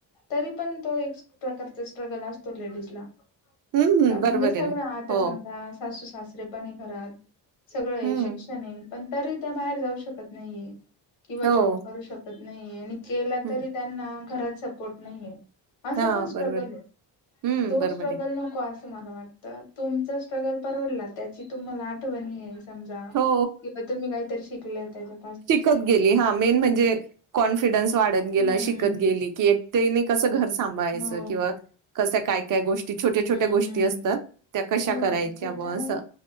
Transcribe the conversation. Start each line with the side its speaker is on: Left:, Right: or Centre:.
Left: तरी पण तो एक प्रकारचा स्ट्रगल असतो लेडीज ला
Right: हम्म हम्म
Left: का म्हणजे
Right: बरोबर
Left: सगळं
Right: आहे ना
Left: आता
Right: हो
Left: समजा सासू सासरेपणे घरात सगळं
Right: हम्म
Left: शिका पण तरी त्या बाहेर जाऊ शकत नाहीे किंवा
Right: हो
Left: जॉब करू शकत नाहीे आणि केला
Right: हं,
Left: तरी त्यांना घरात सपोर्ट नाहीे असं
Right: हा
Left: पण स्ट्रगल
Right: बरोबर
Left: आहे
Right: हम्म
Left: तो
Right: बरोबर
Left: स्ट्रगल
Right: आहे
Left: नको असं म वाटत तुमचा स्ट्रगल परवडला त्याची तुम्हाला आठवणी आहे समजा
Right: हो
Left: किंवा तुम्ही काहीतरी शिकल त्याच्या
Right: शिकत गेली हा मेन म्हणजे कॉन्फिडन्स वाढत गेला
Left: हम्म
Right: शिकत गेली की एक तेने कसं घर सांभाळायचं
Left: हो
Right: किंवा कसं काय काय गोष्टी छोट्या छोट्या
Left: हम्म
Right: गोष्टी
Left: हम्म
Right: असतात त्या कशा
Left: हो
Right: करायच्या
Left: ते
Right: ब
Left: तर आहे
Right: असं